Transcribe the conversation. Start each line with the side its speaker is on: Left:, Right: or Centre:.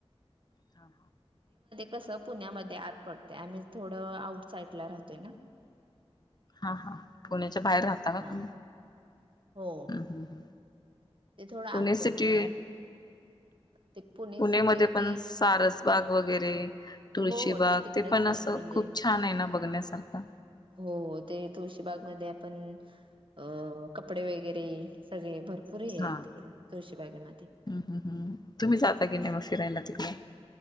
Left: हां हां
Right: कस पुण्यामध्ये आत पडत आम्ही थोडं आउट साइड ला राहतोय ना
Left: हा हा पुण्याच्या बाहेर राहता का
Right: हा
Left: तुम्ही
Right: हो
Left: हं हं हं
Right: ते थोडं आत
Left: पुणे
Right: पडते
Left: सिटी
Right: ते
Left: पुणे
Right: सिटी
Left: म पण
Right: ते
Left: सारसबाग वगैरे तुळशीबाग
Right: हो हो तिकडच
Left: ते पण
Right: आहे
Left: अस असं
Right: म्हणजे
Left: खूप छान आहे ना बघण्यासारखं
Right: हो ते तुळशीबाग म आपण अ कपडे वगैरे सगळे भरपूर पुरीयत
Left: हां
Right: किड तुळशीबागे मध्ये
Left: हं हं हं तुम्ही जाता की नाही मग फिरायला तिकडे